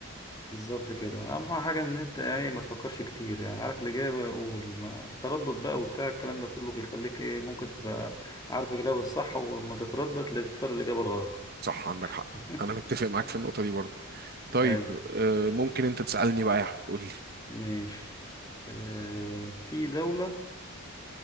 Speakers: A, on the left; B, on the right.
A: بالظبط كده أهم حاجة إن أنت يعني ما تفكرش كتير يعني عارف الإجابة قول ما تردد بقى وبتاع الكلام ده كله بيخليك إيه ممكن تبقى عارف الإجابة الصح ولما تتردد تختار الإجابة الغلط
B: صح عندك حق
A: <laughs>
B: أنا متفق معاك في النقطة دي برضه طيب
A: أي
B: آه، ممكن أنت تسألني بقى يا أحمد قول لي
A: ماشي آه في دولة